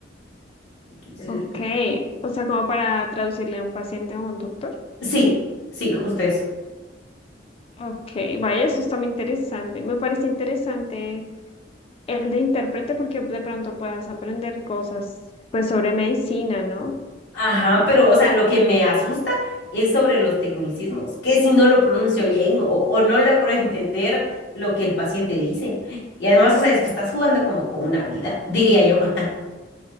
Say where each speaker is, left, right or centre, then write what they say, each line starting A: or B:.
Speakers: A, on the left; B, on the left.
A: Entonces,
B: Ok, o sea, como para traducirle a un paciente o a un doctor.
A: Sí, sí, justo eso.
B: Ok, vaya, eso está muy interesante. Me parece interesante el de intérprete porque de pronto puedas aprender cosas, pues sobre medicina, ¿no?
A: Ajá, pero o sea, lo que me asusta es sobre los tecnicismos, que si no lo pronuncio bien o, o no logro <laughs> entender lo que el paciente dice. Y además, o sea, es que estás jugando como con una vida, diría yo. <laughs>